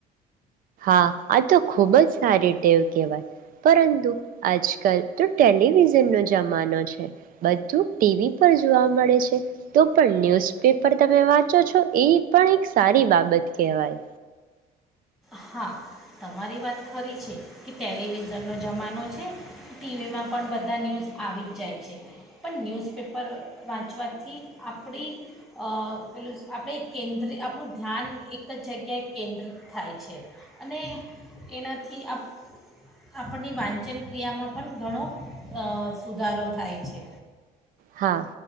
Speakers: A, on the right; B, in the centre.
A: હા આ તો ખુબ જ <unintelligible> ટેવ કહેવાય પરંતુ આજ કલ તો ટેલિવિઝન નો જમાનો છે, બધું ટીવી પર જોવા મળે છે, તો પણ ન્યૂઝપેપર તમે વાંચો છો એ પણ એક સારી બાબત કહેવાય.
B: હા તમારી વાત ખરી છે કે ટેલિવિઝનનો જમાનો છે, ટીવીમાં પણ બધા ન્યૂઝ આવી જ જાય છે, પણ ન્યૂઝપેપર વાંચવાથી આપણી પેલું આપણે કેન્દ્ર આપણું ધ્યાન એક જ જગ્યાએ કેન્દ્રિત થાય છે. અને એનાથી આપ આપણની વાંચનક્રિયામાં પણ ઘણો <unintelligible> સુધારો થાય છે.
A: હા